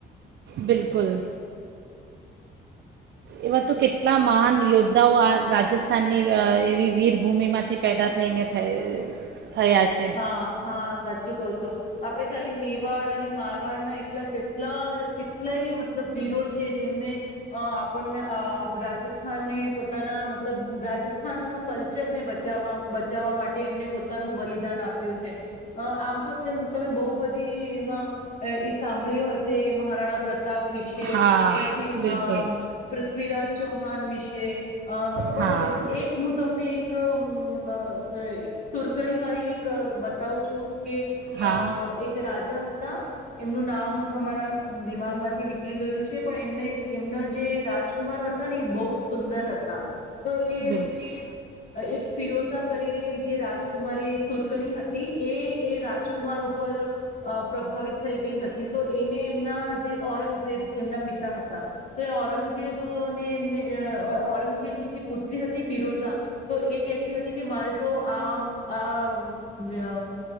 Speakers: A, on the right; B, on the left.
A: બિલકુલ. એવા તો કેટલા મહાન યોદ્ધાઓ આ રાજસ્થાનની અ એવી વીરભૂમિમાંથી પેદા થઈને થઈ થયા છે
B: હા-હા સાચું કહો છો આપણે ખાલી મેવાડ અને મારવાડના એટલા કેટલા કેટલાય મતલબ વીરો છે જેમને અ આપણને અ રાજસ્થાનને પોતાના મતલબ રાજસ્થાનનો કલ્ચરને બચાવવા-બચાવવા માટે એમને પોતાનું બલિ દાન આપ્યું છે અ આમ તો તમે બહુ બધી એમાં ઈ સાંભળ્યું હશે મહારાણા પ્ર પ્રતાપ વિશે
A: હા
B: પછી
A: બિલકુલ
B: અમ પૃથ્વીરાજ ચૌહાણ વિશે અ
A: હા
B: પણ એ એક હું તમને એક અમ અ એક તુર્કણી ક બતાવું છું કે
A: હા
B: અ એક રાજા હતા એમનું નામ હમારા દિમાગમાંથી થી નીકળી ગયું છે પણ એમને એમના જે રાજકુમાર હતા ને ઈ બહુ જ સુંદર હતા. તો એ
A: બિલકુલ
B: અ એક ફિરોઝા કરીને એક જે રાજકુમારી તુરકણી હતી એ-એ રાજ કુમાર ઉપર અ પ્રભાવિત થઈ ગઈ હતી. તે તો એને એમના જે ઔરંગઝેબ એમના પિતા હતા તો એ ઔરંગજેબને એમને અ ઔરંગજેબની જે પુત્રી હતી ફિરોઝા તો એ કહેતી હતી કે મારે તો આમ આ મ વ્ય